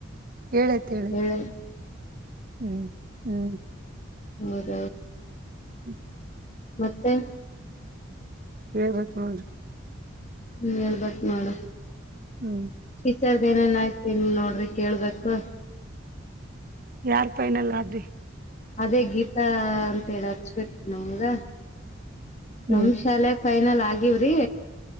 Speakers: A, on the right; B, on the left.
A: ಹೇಳತ ಹೇಳತಿ
B: ಹೇಳ
A: ಹ್ಮ್ ಹ್ಮ್
B: ಮದ
A: ಹ್ಮ್ <unintelligible>
B: ಮತ್ತೆ
A: ಹ ನೋಡ
B: ಹೇಳ್ಬಕ ನೋಡ
A: ಹ್ಮ್
B: ವಿಚರ್ದ ಏನೇನ್ ಆಯ್ತ ನೋಡ್ರಿ ಕೇಳ್ಬೇಕು
A: ಯಾರ್ ಪೈನಲ್ಲ ಆದ್ರಿ
B: ಅದೇ ಗೀತಾ ಅಂತೇಳಿ ಹಚ್ಬೇಕು ನಗ
A: ಹ್ಮ್
B: ನಮ್ ಶಾಲೆ ಫೈನಲ್ ಆಗವ್ರಿ